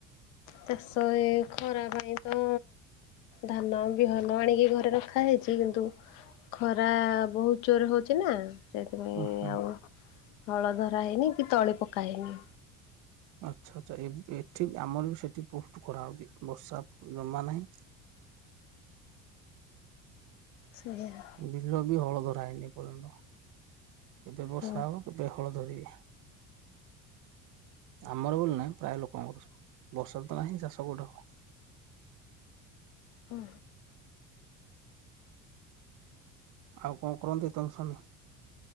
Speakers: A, on the left; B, on the right.
A: ଚାଷ ଏ ଖରା ପାଇଁ ତ ଧାନ ବିହନ ଆଣିକି ଘରେ ରଖା ହେଇଛି, କିନ୍ତୁ ଖରା ବହୁତ ଜୋର ହଉଚି ନା। ସେଥିପାଇଁ
B: ଉହୁଁ
A: ଆଉ ହଳ ଧରା ହେଇନିକି ତଳି ପକା ହେଇନି।
B: ଆଚ୍ଛା, ଆଚ୍ଛା ଏ ଏଠି ଆମର ବି ସେଠି ବହୁତ ଖରା ହଉଚି ବର୍ଷା ଜମା ନାହିଁ।
A: ସେହିଆ।
B: ବିଲ ବି ହଳ ଧରା ହେଇନି ଏପର୍ଯ୍ୟନ୍ତ, ଏବେ ବର୍ଷା
A: ମୋ
B: ହବ ଏବେ ହଳ ଧରିବେ, ଆମର ବୋଲି ନା ପ୍ରାୟ ଲୋକଙ୍କର ସବୁ, ବର୍ଷା ତ ନାହିଁ ଚାଷ କୋଉଠି ହବ।
A: ହଁ।
B: ଆଉ କଣ କରନ୍ତି ତୋମ ସ୍ବାମୀ?